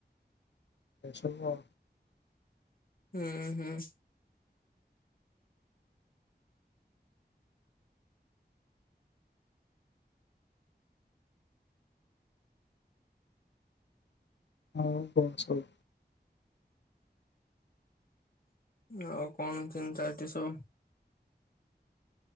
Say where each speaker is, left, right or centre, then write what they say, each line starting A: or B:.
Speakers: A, on the left; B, on the left.
A: ଟେନସନ ନ
B: ହୁଁ, ହୁଁ।
A: ହଁ କଣ ସବୁ?
B: ଆଉ କଣ କେମତି ଚାଲିଚି ସବୁ?